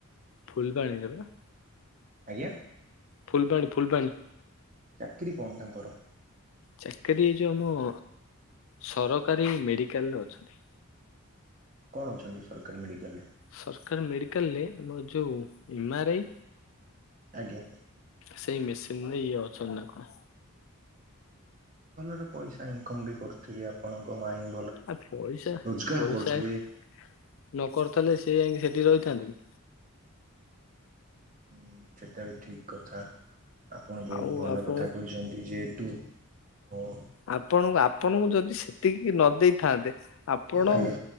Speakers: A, on the left; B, on the right.
A: ଫୁଲୂବାଣି ରେପା।
B: ଆଜ୍ଞା!
A: ଫୁଲ୍ ବାଣୀ ଫୁଲ୍ ବାଣୀ
B: ଚାକିରୀ କଣ ତାଙ୍କର?
A: ଚାକିରିୀ ଏ ଯୋଉ ଆମ ସରକାରୀ ମେଡିକାଲରେ ଅଛନ୍ତି।
B: କଣ ଅଛନ୍ତି ସରକାରୀ ମେଡିକାଲ ରେ?
A: ସରକାରୀ ମେଡିକାଲରେ ଆମର ଯୋଉ ଏମାଆରଆଇ,
B: ଆଜ୍ଞା
A: ସେଇ ମେସିନରେ ଇଏ ଅଛନ୍ତି ନା
B: ଭଲରେ ପଇସା ଇନକମ ବି କରୁଥିବେ ଆପଣଙ୍କ ମାଇଁ
A: ଆ ପଇସା
B: ରୋଜଗାର
A: ପଇସା
B: କରୁଥିବେ
A: ନ କର୍ଥିଲେ ସେ ଯାଇ ସେଠି ରହି ଛନ୍ତି କି
B: ହୁଁ ସେଟା ବି ଠିକ କଥା ଆପଣ ବହୁତ
A: ଆଉ
B: ଭଲ
A: ଆପଣ
B: କଥା କହିଚନ୍ତି ଯେହେତୁ ଓ
A: ଆପଣଙ୍କୁ ଆପଣଙ୍କୁ ଯଦି ସେତିକି ନ ଦେଇ ଥାଆନ୍ତେ ଆପଣ
B: ଆଜ୍ଞା